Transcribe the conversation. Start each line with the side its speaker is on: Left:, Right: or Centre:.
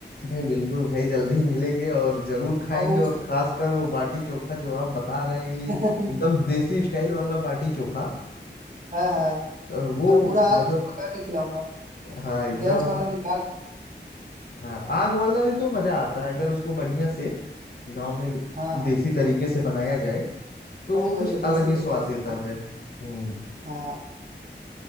Left: भाई बिल्कुल भाई जल्दी मिलेंगे और जरूर खाएंगे
Right: और
Left: और
Right: उसे
Left: खासकर वो बाटी चोखा जो आप बता रहे हैं ये
Right: <laughs>
Left: एकदम देसी स्टाइल वाला बाटी चोखा
Right: हाँ हाँ
Left: अ, वो
Right: और पूरा
Left: मतलब
Right: आग पे पका के खिलाऊंगा
Left: हाँ एकदम
Right: गैस वाला नहीं आग पे।
Left: हाँ आग वाला भी तो मजा आता है अगर उसको बढ़िया से गांव में
Right: हाँ हाँ
Left: देसी तरीके से बनाया जाए तो
Right: वही
Left: वो
Right: वही
Left: कुछ अलग
Right: देसी
Left: ही स्वाद
Right: तरीके से
Left: देता
Right: बोल
Left: है हम्म
Right: हाँ